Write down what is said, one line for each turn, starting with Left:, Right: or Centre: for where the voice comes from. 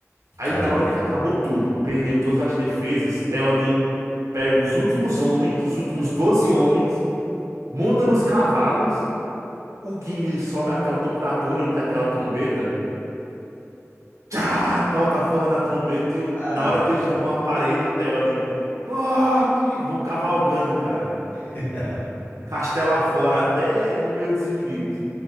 Left: E,
Right: Aí
Left: Cara,
Right: na
Left: eu,
Right: hora que acabou tudo, perdeu todas as defesas, Théoden pega os últimos homens, os últimos 12 homens, monta nos cavalos, o Gimli sobe até o topo da torre, onde tem aquela trombeta. Tchá, toca a forra da trombeta e o-
Left: Ah,
Right: na hora que eles derrubam a parede, o Théoden, morte, e vão cavalgando, cara.
Left: <laughs>
Right: Castelo afora, até no meio dos inimigos.